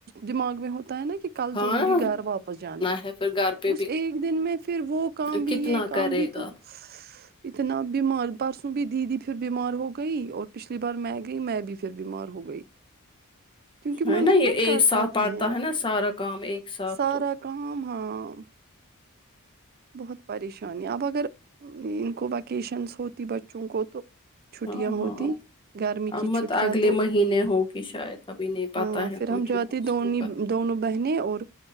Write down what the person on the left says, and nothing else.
ہاں
ہے پھر گھر پہ
بھی
کتنا
کرے
گا
ہے
نا یہ
ایک
ساتھ
پڑتا
ہے نا سارا کام ایک ساتھ
تو
ہاں
ہاں
امت
اگلے
مہینے ہوگی شاید ابھی نہیں پتا
ہے
کچھ
موسم
کا